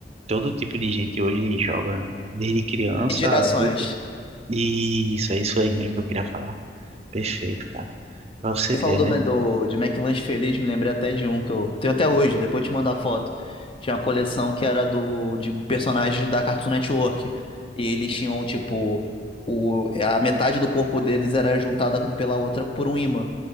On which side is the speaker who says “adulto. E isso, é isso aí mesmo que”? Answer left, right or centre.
Right